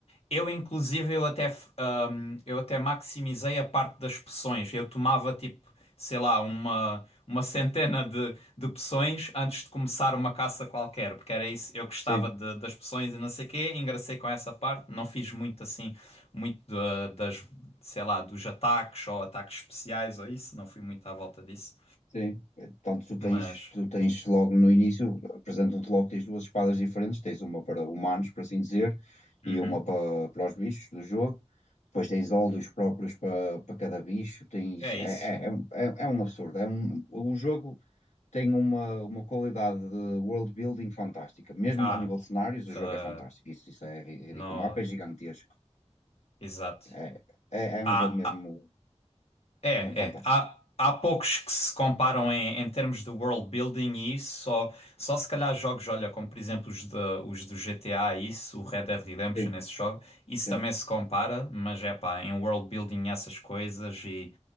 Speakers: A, on the left (about 60°); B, on the left (about 80°).
A: Eu, inclusive, eu até, f- ahm, eu até maximizei a parte das poções. Eu tomava, tipo, sei lá, uma, uma centena de, de poções antes de começar uma caça qualquer, porque era isso. Eu gostava
B: Sim,
A: de- das poções e não sei o quê, engracei com essa parte. Não fiz muito, assim, muito da- das, sei lá, dos ataques ou ataques especiais ou isso. Não fui muito à volta disso.
B: sim. É, Tanto tu tens,
A: Mas,
B: tu tens logo no início, apresentam-te logo, tens duas espadas diferentes, tens uma para humanos, por assim dizer, e
A: uhum,
B: uma para, para os bichos do jogo. Depois tens óleos próprios para, para cada bicho, tens,
A: é
B: é,
A: isso.
B: é, é, um- é é um absurdo, é um, o jogo tem uma, uma qualidade de world building fantástica. Mesmo
A: Ah,
B: a nível de cenários, o
A: ah,
B: jogo é fantástico. Isso, isso é ri- ridículo.
A: não,
B: O mapa é gigantesco.
A: exato.
B: É, é, é
A: Ah,
B: um jogo mesmo,
A: ah, É,
B: mesmo fantástico.
A: é. Há, há poucos que se comparam em, em termos de world building e isso, só, só se calhar jogos, olha, como por exemplo os, de, os do GTA, e isso, o Red Dead Redemption,
B: Sim,
A: esse jogo, isso
B: sim.
A: também se compara, mas é pá, em world building essas coisas e,